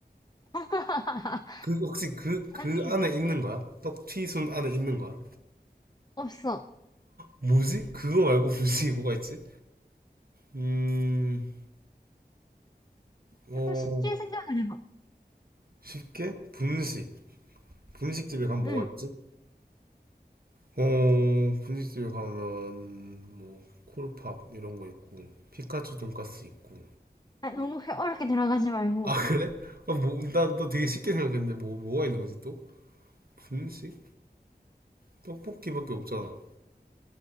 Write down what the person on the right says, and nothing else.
그, 혹시 그, 그
안에 있는 거야? 떡튀순 안에 있는 거야?
뭐지? 그거 말고 분식이 뭐가 있지? 음, 어,
쉽게 분식. 분식집에 가면 뭐가
있지? 어, 분식집에 가면 뭐 콜팝 이런 거 있고 피카츄 돈까스 있고.
아, 그래? 아, 뭐, 나, 너 되게 쉽게 생각했는데 뭐, 뭐가 있는 거지 또? 분식? 떡볶이밖에 없잖아.